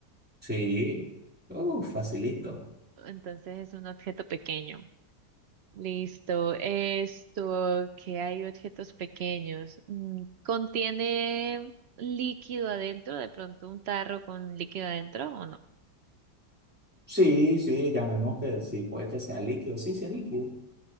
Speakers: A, in the centre; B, on the right.
A: Sí. Uh, facilito.
B: entonces es un objeto pequeño. Listo. Esto, que hay objetos pequeños. Mm, Contiene líquido adentro, de pronto un tarro con líquido adentro o no.
A: Sí, sí, llamemos que sí, puede que sea líquido. Sí, sí, es líquido.